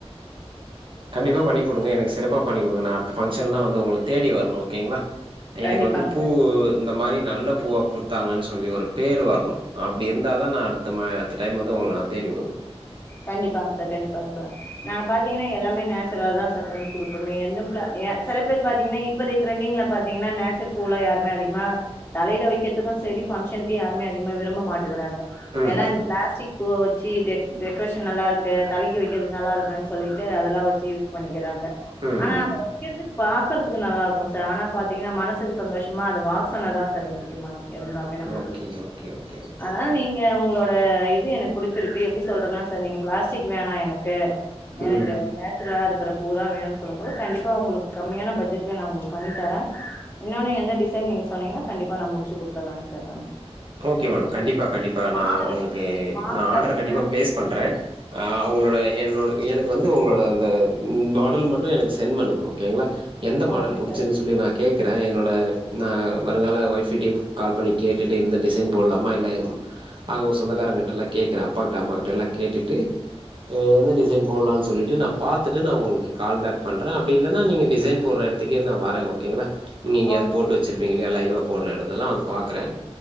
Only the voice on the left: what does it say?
கண்டிப்பாங்க
சார்
கண்டிப்பாங்க சார் கண்டிப்பா சார் நாங்க பாத்தீங்கன்னா எல்லாமே நேச்சுரல் தா ஸார் பண்ணி கொடுப்போ என்னப் பிளா செல பேர் பாத்தீங்கன்னா இப்ப டிரெண்டிங்ல பாத்தீங்கன்னா நேச்சர் பூல யாருமே அதிகமா தலையல வெக்கிறதுமே சரி ஃபங்க்ஷனுக்ககூ யாரூமே அதிக விரும்ப மாட்டுகுறாங்க
எல்லா
இந் பிளாஸ்டிக் பூ வெச்சு டெ டெக்ரேஷ் நல்லா இருக்கே தலைக்கி வைக்கிறது நல்லா இருக்கேன் சொல்லிட்டு அதெல்லாம் வெச்சு யூஸ் பண்ணிக்கிறாங்க
ஆனா அத வைக்கரதுக் பாக்குறதுக்கு நல்லா இருக்கூ சார் ஆனா பாத்தீங்ன்னா மனசுக்கு சந்தோஷமா அது வாசனை தா சார் முக்கியமானது இருந்தாமே
நம்மளுக்கு
அதால நீங்க உங்களோட் இது எனக்கு புடிச்சிருக்கு எப்படி சொல்றேன்னா சார் நீங்க பிளாஸ்டிக் வேணா எனக்கு எனக்கு
நேச்சுரலா இருக்கறப் பூ தா வேணூ சொல்லும்போது கண்டிப்பா உங்களுக்கு கம்மியான பட்ஜெட்ல நா உங்களுக்கு பண்ணி தரே இன்னொன்னு எந்த டிசைன் நீங்க சொன்னீங்கன்னா கண்டிப்பா நா முட்ச்சீ குடுத்துர்ரங்க சார் நானு
இந்த மால
எப்டி மால
பாத்தீங்கன்னா
ஓகேங்க
சார்
ஓகே